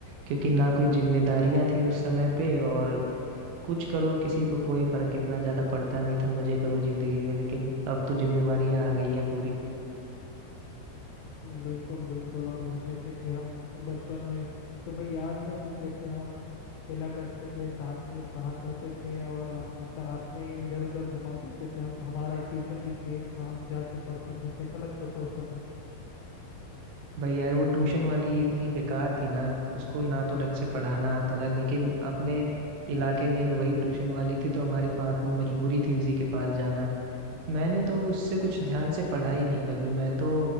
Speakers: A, on the right; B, on the left.
A: क्योंकि ना कोई जिम्मेदारियां थी उस समय पे और कुछ करो किसी को कोई फर्क इतना ज्यादा पड़ता नहीं था मजे करो जिंदगी में लेकिन अब तो जिम्मेवारियां आ गई हैं पूरी
B: बिल्कुल बिल्कुल और जैसे कि हम बचपन में तुम्हें याद है कि कैसे हम खेला करते थे साथ में पढ़ा करते थे और हम साथ में इधर उधर घुमा करते थे हम हमारा ट्यूशन भी सेम था हम जाके पढ़ते थे कैसा लगता था उस समय
A: भाई यार वो ट्यूशन वाली इतनी बेकार थी ना उसको ना तो ढंग से पढ़ाना आता था लेकिन अपने इलाके में एक वही ट्यूशन वाली थी तो हमारे पास में मजबूरी थी उसी के पास जाना मैंने तो उससे कुछ ध्यान से पढ़ा ही नहीं कभी मैं तो